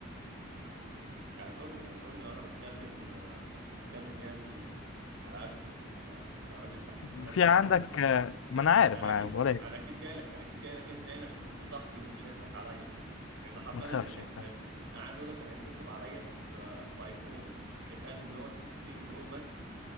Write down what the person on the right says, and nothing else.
اعذرني اعذرني لو انا بتكلم آه، بتكلم يعني ف- على قدي آه، انت راجل بتاع تليفونات
وانا
ما
انا
اكيد
انا اكيد جاي لك انا اكيد جاي لك انت هنا عشان انت صاحبي ومش هيضحك عليا لان حرفيا
انا كان هيت...
هيت- انا عايز اقول لك كان هيتنصب عليا في آه، في ايفون اتقال ان هو 16 برو ماكس